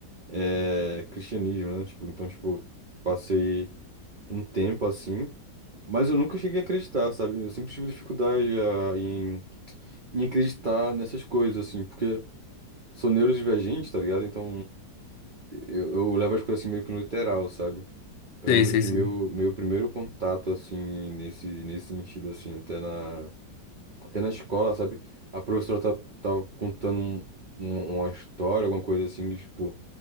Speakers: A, on the right; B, on the left.
A: é, cristianismo, né? Tipo, então, tipo, passei um tempo assim, mas eu nunca cheguei a acreditar, sabe? Eu sempre tive dificuldade a- em, em acreditar nessas coisas, assim, porque sou neurodivergente, tá ligado? Então, eu, eu levo as coisas assim meio que no literal, sabe? Eu
B: Sei,
A: lembro
B: sei,
A: que
B: sei.
A: meu, meu primeiro contato, assim, nesse, nesse sentido, assim, até na, até na escola, sabe? A professora tá, tava contando um- um- uma história, alguma coisa assim, de, tipo